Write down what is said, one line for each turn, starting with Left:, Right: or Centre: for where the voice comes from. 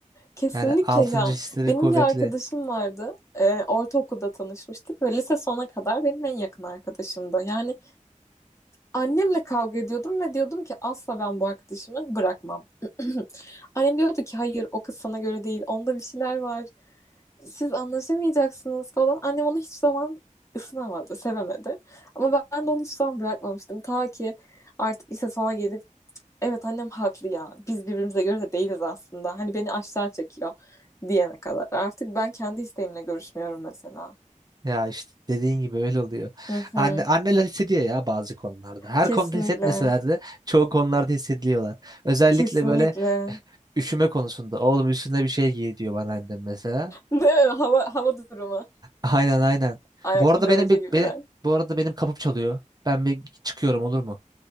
Left: Kesinlikle
Right: Yani altıncı
Left: ya.
Right: hisleri
Left: Benim
Right: kuvvetli.
Left: bir arkadaşım vardı. Ee, ortaokulda tanışmıştık ve lise sona kadar benim en yakın arkadaşımdı. Yani annemle kavga ediyordum ve diyordum ki asla ben bu arkadaşımı bırakmam. <clears throat> Annem diyordu ki hayır o kız sana göre değil. Onda bir şeyler var. Siz anlaşamayacaksınız falan. Annem onu hiç zaman ısınamadı, sevemedi. Ama ben de onu hiç zaman bırakmamıştım. Ta ki artık lise sona gelip Evet annem haklı ya. Biz birbirimize göre de değiliz aslında. Hani beni aşağı çekiyor diyene kadar. Artık ben kendi isteğimle görüşmüyorum mesela.
Right: Ya işte dediğin gibi öyle oluyor.
Left: Hı hı.
Right: Anne, anneler hissediyor ya bazı konularda. Her
Left: Kesinlikle.
Right: konuda hissetmeseler de çoğu konularda hissediyorlar. Özellikle
Left: Kesinlikle.
Right: böyle
Left: <laughs>
Right: Üşüme konusunda. Oğlum üstüne bir şey giy diyor bana annem mesela.
Left: Değil mi? Hava, hava durumu.
Right: Aynen aynen.
Left: Ayaklı
Right: Bu arada
Left: derece
Right: benim bir
Left: gibiler.
Right: benim bu arada benim kapım çalıyor. Ben bir çıkıyorum olur mu?